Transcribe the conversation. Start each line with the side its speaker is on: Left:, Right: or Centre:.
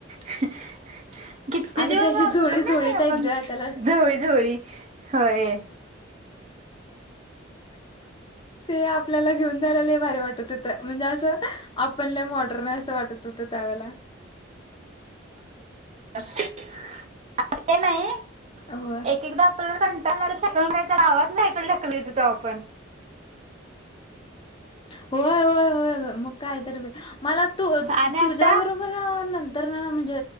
Right: <unintelligible> किती
Left: अगं
Right: दिवस
Left: ती अशी
Right: वापरलो
Left: झोळी झोळी
Right: ना आपण
Left: टाईप ग त्याला
Right: झोळी झोळी होय.
Left: ते आपल्याला घेऊन जायला भारी वाटत होत. म्हणजे असं आपण लय मॉडर्न आहे असं वाटत होतं त्यावेळेला
Right: आले नाही.
Left: अ होय.
Right: एक एकदा आपल्याला कंटाळा सेकड ना गावात नाही सायकल ठकलत यायचो आपण
Left: होय होय होय मग कायतर मला तू
Right: आणि
Left: तुझ्या
Right: आता
Left: बरोबर नंत तर म्हणजे